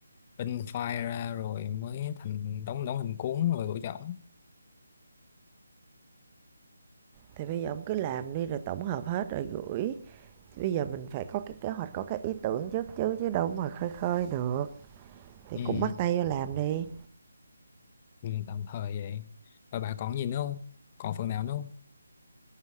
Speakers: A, on the left (about 30°); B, on the right (about 20°).
A: in file ra rồi mới thành đóng đóng hình cuốn rồi gửi cho ổng
B: thì bây giờ ông cứ làm đi rồi tổng hợp hết rồi gửi. bây giờ mình phải có cái kế hoạch có cái ý tưởng trước chứ chứ đâu mà khơi khơi được thì
A: ừ,
B: cũng bắt tay vô làm đi
A: ừ, tạm thời vậy và bà còn gì nữa không còn phần nào nữa không